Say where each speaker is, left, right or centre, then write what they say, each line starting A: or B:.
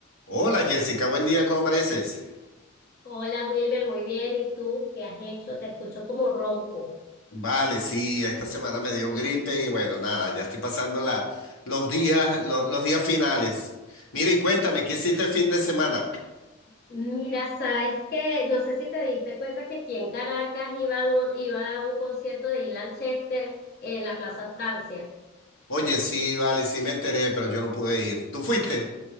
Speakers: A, on the left (about 75°); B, on the left (about 50°).
A: Hola Jessica, buen día, ¿cómo amaneces?
B: Hola Wilmer, muy bien. ¿Y tú qué has hecho? Te escucho como ronco.
A: Vale, sí, esta semana me dio gripe y bueno, nada, ya estoy pasando la, los días, lo- los días finales. Mira y cuéntame, ¿qué hiciste el fin de semana?
B: Mira, sabes que no sé si te diste cuenta que aquí en Caracas iba a un, iba a un concierto de Ilan Chester en la Plaza Francia.
A: Oye, sí, vale, sí me enteré, pero yo no pude ir. ¿Tú fuiste?